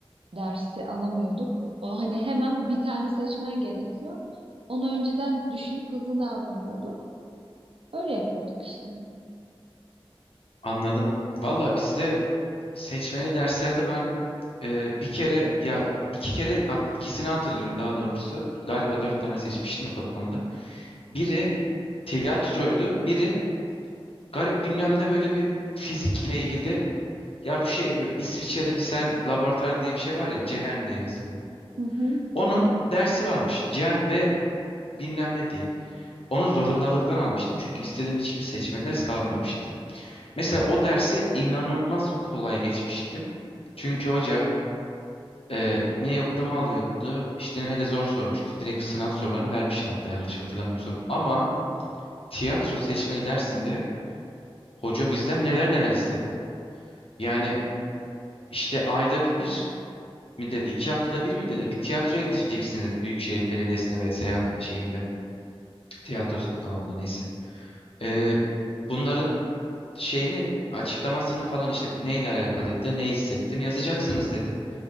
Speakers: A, on the right; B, on the left.
A: dersi alamıyorduk. O hani hemen bir tane seçmen gerekiyor. Onu önceden düşünüp hızlı davranıyorduk. Öyle yapıyorduk işte.
B: Anladım. Valla bizde seçmeli derslerde ben e, bir kere ya iki kere at, ikisini hatırlıyorum daha doğrusu. Galiba dört tane seçmiştim ya toplamda. Biri tiyatroydu. Biri garip bilmem ne böyle bir fizikle ilgili Ya bu şey böyle İsviçre'de bir sen laboratuvar diye bir şey var ya CERN diye yazılıyor.
A: Hı hı.
B: Onun dersi varmış. CERN ve bilmem ne diye. Onu zorundalıktan almıştım çünkü istediğim hiçbir seçme ders kalmamıştı. Mesela o dersi inanılmaz kolay geçmiştim. Çünkü hoca e, ne yoklama alıyordu işte ne de zor sormuştu. Direkt sınav sorularını vermişti hatta yanlış hatırlamıyorsam. Ama tiyatro seçmeli dersinde hoca bizden neler neler istedi. Yani işte ayda bir mi dedi? İki haftada bir mi dedi? Bir tiyatroya gideceksiniz dedi. Büyükşehir Belediyesi'nde ve Seyhan şeyinde. Tiyatro salonunda neyse. Ee, bunların şeyini açıklamasını falan işte neyle alakalıydı, ne hissettin yazacaksınız dedi.